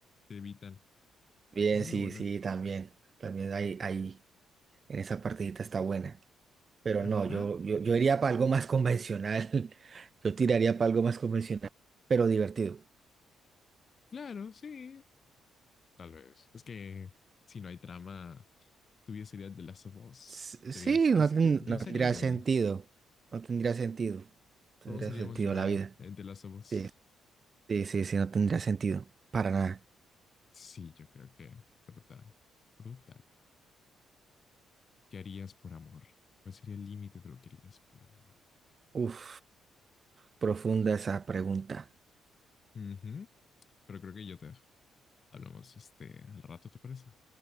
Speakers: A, on the left; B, on the right.
A: te evitan.
B: Bien,
A: Eso
B: sí,
A: es lo bueno.
B: sí, también. También ahí, ahí en esa partidita está buena. Pero no,
A: Ajá.
B: yo, yo, yo iría para algo más convencional. <laughs> Yo tiraría para algo más convencional, pero divertido.
A: Claro, sí, Tal vez. Es que si no hay trama, tú ya serías The Last of Us.
B: S-
A: Serías,
B: Sí,
A: yo,
B: no, ten-
A: yo, yo
B: no
A: sería
B: tendría
A: Joel.
B: sentido. No tendría sentido. Tendría
A: Todos seríamos
B: sentido
A: Joel
B: la vida.
A: en The Last of Us.
B: Sí, sí, sí, sí, no tendría sentido. Para nada.
A: Sí, yo creo que brutal. Brutal. ¿Qué harías por amor? ¿Cuál sería el límite de lo que harías por amor?
B: Uf, profunda esa pregunta.
A: Ujú, Pero creo que yo te dejo. Hablamos este al rato, ¿te parece?